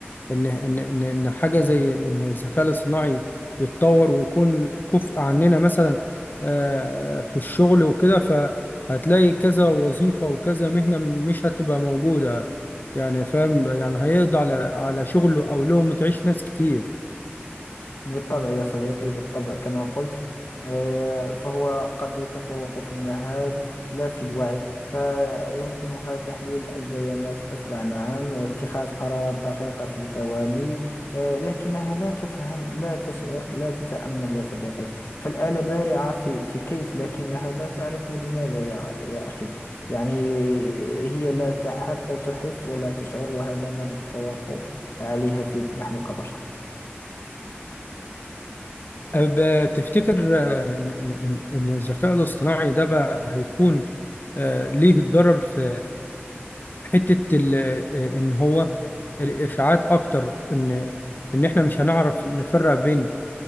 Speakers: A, on the left; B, on the left.
A: ان ان ان, إن حاجه زي ان الذكاء الاصطناعي يتطور ويكون كفء عننا مثلا آه، في الشغل وكده فهتلاقي كذا وظيفه وكذا مهنه مش هتبقى موجوده يعني فاهم يعني هيقضي على على شغل او لقمه عيش ناس كتير
B: بالطبع يا صديقي بالطبع كما قلت آه، فهو قد يتفوق في المهام لا في الوعي فيمكنها تحليل البيانات أسرع نعم واتخاذ قرارات دقيقة في ثواني آه، لكنها لا تفهم لا تشعر لا تتأمل يا صديقي فالآلة بارعة في في كيف لكنها لا تعرف لماذا يا يا أخي يعني هي لا تح- تحس ولا تشعر وهذا ما نتفوق عليها في نحن كبشر
A: أب- تفتكر آه، ان ان إن الذكاء الاصطناعي ده بقى هيكون آه، ليه ضرر في حته ال- ان هو الافعاد اكتر ان ان احنا مش هنعرف نفرق بين